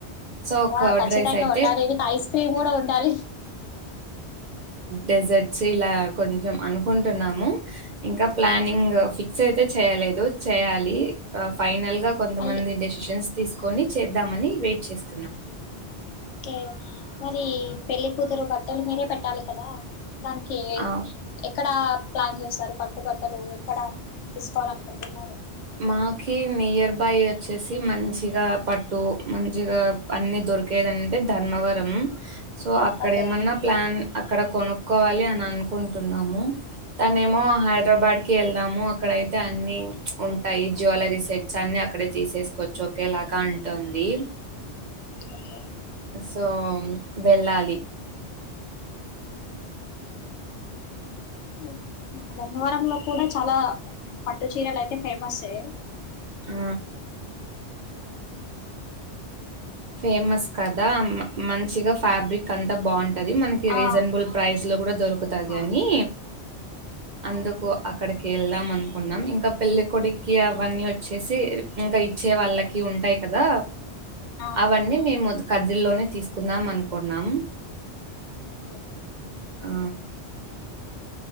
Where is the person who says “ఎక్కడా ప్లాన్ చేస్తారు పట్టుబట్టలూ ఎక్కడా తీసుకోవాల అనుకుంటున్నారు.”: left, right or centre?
Left